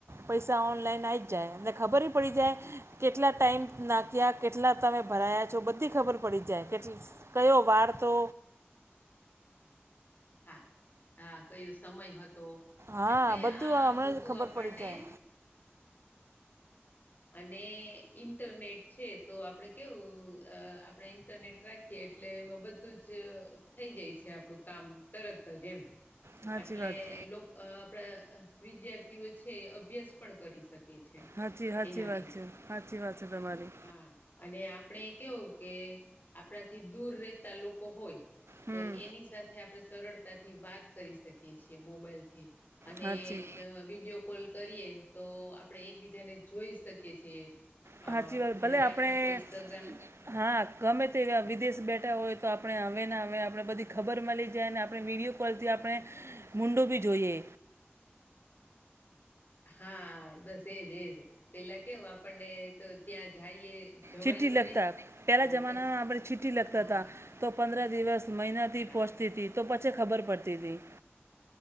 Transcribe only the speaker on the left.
હા હા કયો સમય હતો?
એટલે
આ
બધું
આપણને
અને ઇન્ટરનેટ છે તો આપડે કેવું અ આપણે ઇન્ટરનેટ રાખીએ એટલે એમાં બધું જ થઈ જાય છે આપણું કામ. તરત જ એમ.
આટલે
લોક અ આપણા વિદ્યાર્થીઓ છે એ અભ્યાસ પણ કરી શક. કીએ છે
એનાથી.
હા. અને આપણે કેવું કે આપણાથી દૂર રહેતા લોકો હોય
તો એની સાથે આપણે સરળતાથી વાત કરી શકીએ છીએ મોબાઈલથી. અને
વિડીયો કોલ કરીએ તો આપણે એકબીજાને જોઈ શકીએ છીએ. અ
જયારે
આપણા કોઈ સગા
હા, બસ એજ એજ પેલા કેવ આપણને તો ત્યાં જાઈએ જવાય
તો
નહી
તો
પછી
હા,
હા,